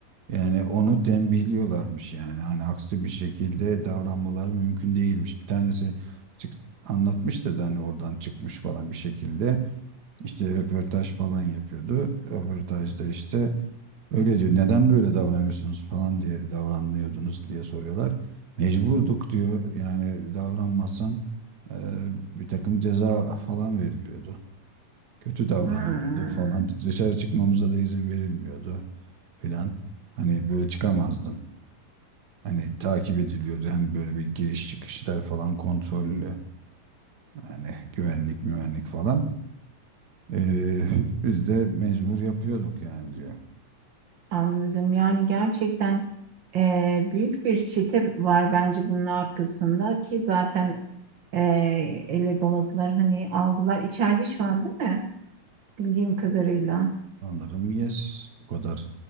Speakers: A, on the right; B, on the right.
A: Yani onu tembihliyorlarmış yani. Hani aksi bir şekilde davranmaları mümkün değilmiş. Bir tanesi çık anlatmıştı da hani oradan çıkmış falan bir şekilde. İşte röportaj falan yapıyordu. Röportajda işte öyle diyor. Neden böyle davranıyorsunuz falan diye davranıyordunuz diye soruyorlar. Mecburduk diyor. Yani davranmazsan e, bir takım ceza falan veriliyordu. Kötü davranılıyordu
B: Hmm,
A: falan. Dışarı çıkmamıza da izin verilmiyordu filan. Hani böyle çıkamazdın. Hani takip ediliyordu. Hani böyle bir giriş çıkışlar falan kontrollü. Yani güvenlik müvenlik falan. E, biz de mecbur yapıyorduk yani diyor.
B: anladım. Yani gerçekten eee, büyük bir çete var bence bunun arkasında ki zaten e, ele doladılar hani aldılar. İçeride şu an değil mi? Bildiğim kadarıyla.
A: Sanırım yes. Bu kadar